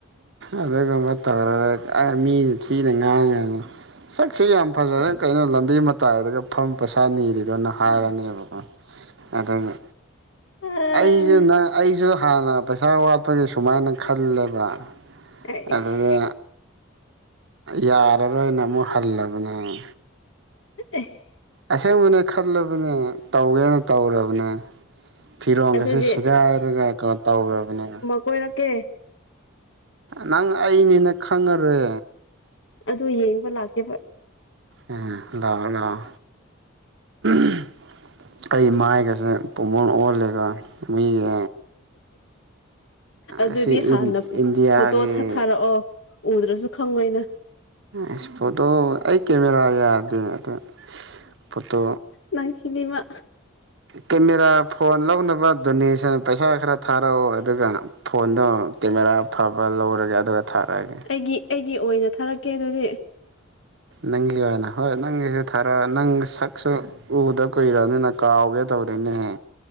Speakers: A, on the right; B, on the left.
A: ꯑꯗꯨꯒꯨꯝꯕ ꯇꯧꯔꯒ ꯃꯤꯅ ꯊꯤꯅ ꯉꯥꯡꯉꯅꯤ ꯁꯛꯁꯤ ꯌꯥꯝ ꯐꯖꯔ
B: ꯏꯁ
A: ꯀꯩꯅꯣ ꯂꯝꯕꯤ ꯃꯇꯥꯏꯔꯒ ꯐꯝ ꯄꯩꯁꯥ ꯅꯤꯔꯤ ꯑꯗꯨꯅ ꯍꯥꯏꯔꯅꯦꯕꯀꯣ ꯑꯗꯨꯅ
B: ꯑꯥ
A: ꯑꯩꯖꯨ ꯅꯪ ꯑꯩꯖꯨ ꯍꯥꯟꯅ ꯄꯩꯁꯥ ꯋꯥꯠꯄꯒꯤ ꯁꯨꯃꯥꯏꯅ ꯈꯜꯂꯦꯕ꯫
B: ꯑꯩꯁ
A: ꯑꯗꯨꯗ ꯌꯥꯔꯔꯣꯏꯅ ꯑꯃꯨꯛ ꯍꯜꯂꯕꯅꯦ
B: ꯑ
A: ꯑꯁꯪꯕꯅꯦ ꯈꯜꯂꯕꯅꯦ ꯇꯧꯒꯦꯅ ꯇꯧꯔꯕꯅꯦ ꯐꯤꯔꯣꯟꯒꯁꯦ
B: ꯑꯗꯨꯗꯤ
A: ꯁꯦꯒꯥꯏꯔꯒ ꯀꯩ ꯇꯧꯔꯕꯅꯦ꯫
B: ꯀꯣꯏꯔꯀꯦ꯫
A: ꯅꯪ ꯑꯩꯅꯦꯅ ꯈꯪꯉꯔꯦ
B: ꯑꯗꯨ ꯌꯦꯡꯕ ꯂꯥꯛꯀꯦꯕ
A: ꯎꯝ ꯂꯑꯣ ꯂꯑꯣ <unintelligible> ꯑꯩ ꯃꯥꯏꯒꯁꯦ ꯄꯨꯝꯃꯣꯟ ꯑꯣꯜꯂꯒ <unintelligible>
B: ꯑꯗꯨꯗꯤ
A: ꯑꯁꯤ
B: ꯍꯥꯟꯅ
A: ꯏꯟꯗꯤꯌꯥꯒꯤ
B: ꯐꯣꯇꯣ ꯊꯥꯊꯥꯔꯛꯑꯣ ꯎꯗ꯭ꯔꯁꯨ ꯈꯪꯉꯣꯏꯅ
A: ꯑꯁ ꯐꯣꯇꯣ ꯑꯩ ꯀꯦꯃꯦꯔꯥ ꯌꯥꯗꯦ ꯑꯗꯣ ꯐꯣꯇꯣ
B: ꯅꯪꯁꯤꯗꯤꯃ
A: ꯀꯦꯃꯦꯔꯥ ꯐꯣꯟ ꯂꯧꯅꯕ ꯗꯣꯅꯦꯁꯟ ꯄꯩꯁꯥ ꯈꯔ ꯊꯥꯔꯛꯑꯣ ꯑꯗꯨꯒ ꯐꯣꯟꯗꯣ ꯀꯦꯃꯦꯔꯥ ꯐꯕ ꯂꯧꯔꯒꯦ ꯑꯗꯨꯒ ꯊꯥꯔꯛꯑꯒꯦ꯫
B: ꯑꯩꯒꯤ ꯑꯩꯒꯤ ꯑꯣꯏꯅ ꯊꯥꯔꯛꯀꯦ ꯑꯗꯨꯗꯤ
A: ꯅꯪꯒꯤ ꯑꯣꯏꯅ ꯍꯣꯏ ꯅꯪꯒꯤꯁꯨ ꯊꯥꯔꯛꯑꯣ ꯅꯪ ꯁꯛꯁꯨ ꯎꯗ ꯀꯨꯏꯔꯕꯅꯤꯅ ꯀꯥꯎꯒꯦ ꯇꯧꯔꯤꯅꯦꯍꯦ